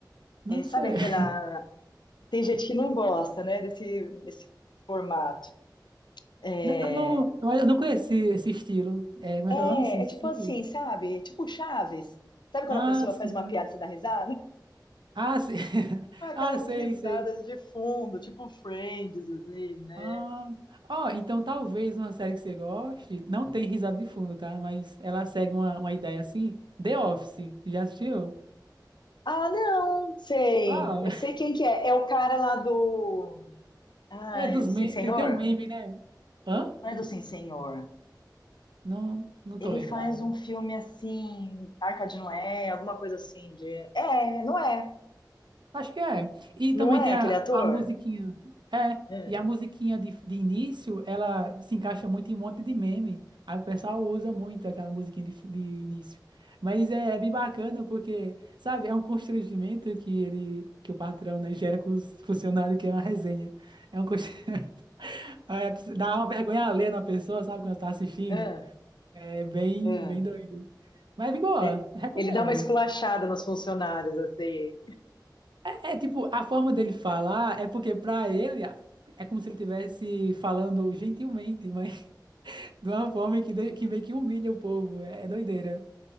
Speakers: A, on the right; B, on the left.
A: Não
B: É,
A: sei.
B: sabe aquela.
A: <laughs>
B: Tem gente que não gosta, né, desse, desse formato. É,
A: Eu não, eu não conheci esse estilo. É, como
B: é,
A: é que é o nome? Sissi?
B: é tipo assim, sabe? Tipo Chaves. Sabe quando
A: Ah,
B: a pessoa
A: sim.
B: faz uma piada e você dá risada?
A: Ah, sim. <laughs>
B: Ah, Aquelas
A: Ah, sei,
B: risadas
A: sei.
B: de fundo, tipo Friends, assim, né?
A: Ah, ó, então talvez uma série que você goste, não tem risada de fundo, tá? Mas ela segue uma, uma ideia assim. The Office, já assistiu?
B: Ah, não, sei.
A: Ah,
B: Eu
A: <laughs>
B: sei quem que é. É o cara lá do. Ah,
A: é
B: é
A: dos
B: do
A: memes.
B: Sim Senhor?
A: Ele tem um meme, né? Hã?
B: Não é do Sim Senhor.
A: Não, não
B: Ele
A: tô lembrado.
B: faz um filme assim, Arca de Noé, alguma coisa assim de. É, não é.
A: Acho que é. E
B: Não
A: também
B: é
A: tem
B: aquele
A: a,
B: ator?
A: a musiquinha. É,
B: É,
A: e a musiquinha de, de início, ela se encaixa muito em um monte de meme. Aí o pessoal usa muito aquela musiquinha de, fi- de início. Mas é, é bem bacana porque, sabe, é um constrangimento que ele, que o patrão, né, gera com os funcionários, que é uma resenha. É um constrangimento. <laughs> Dá uma vergonha alheia na pessoa, sabe, quando tá assistindo.
B: é,
A: É bem,
B: é.
A: bem doido. Mas é bem boa,
B: E-
A: recomendo.
B: Ele dá uma esculachada nos funcionários, assim.
A: É tipo, a forma dele falar é porque pra ele a- é como se ele estivesse falando gentilmente, mas <laughs> de uma forma que, dei- que meio que humilha o povo. É é doideira.